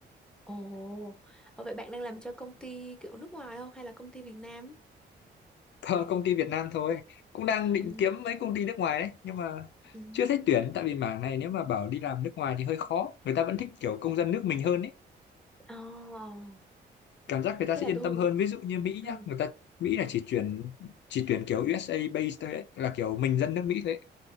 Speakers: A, in the centre; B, on the left.
A: Ồ. Ồ vậy bạn đang làm cho công ty kiểu nước ngoài không hay là công ty Việt Nam?
B: Ờ, công ty Việt Nam thôi cũng đang định
A: Ừ.
B: kiếm mấy công ty nước ngoài đấy nhưng mà
A: Ừ.
B: chưa thấy tuyển tại vì mảng này nếu mà bảo đi làm nước ngoài thì hơi khó người ta vẫn thích kiểu công dân nước mình hơn ấy
A: Ồ.
B: cảm giác người ta
A: Cái
B: sẽ
A: này
B: yên
A: tôi
B: tâm hơn
A: không <clears throat>
B: ví dụ như Mỹ
A: ừ.
B: nhá người ta Mỹ là chỉ tuyển chỉ tuyển kiểu USA based thôi ấy là kiểu mình dân nước Mỹ thôi ấy.